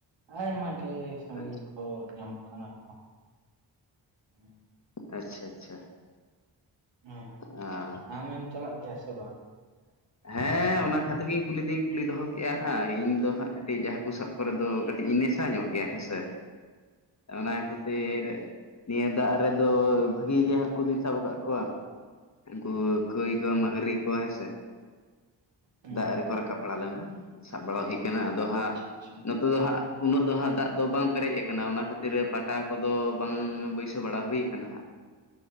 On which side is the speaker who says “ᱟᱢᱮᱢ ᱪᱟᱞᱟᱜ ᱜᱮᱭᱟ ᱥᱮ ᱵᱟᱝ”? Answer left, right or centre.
Right